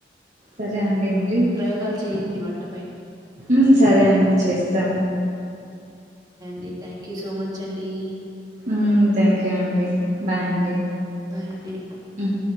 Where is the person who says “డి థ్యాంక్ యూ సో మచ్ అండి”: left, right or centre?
Right